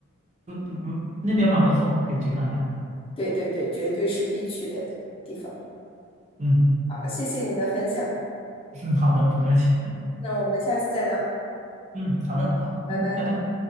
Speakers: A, on the right (about 30°); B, on the left (about 25°).
A: 嗯，那边蛮不错，可以去看看。
B: 对对对，绝对是必去的地方。
A: 嗯，
B: 好，谢谢你的分享，
A: <laughs> 嗯，好的，不客气。
B: 那我们下次再聊。
A: 嗯，好的，好，
B: 拜拜。
A: 嗯，拜拜。